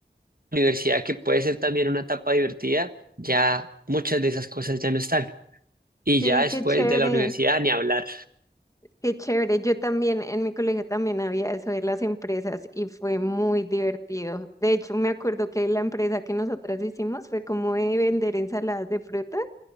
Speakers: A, on the right (about 55°); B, on the left (about 15°).
A: universidad que puede ser también una etapa divertida, ya muchas de esas cosas ya no están. Y
B: Sí,
A: ya después
B: qué chévere.
A: de la universidad ni hablar.
B: Qué chévere. Yo también, en mi colegio también había eso de las empresas y fue muy divertido. De hecho, me acuerdo que la empresa que nosotras hicimos fue como de vender ensaladas de frutas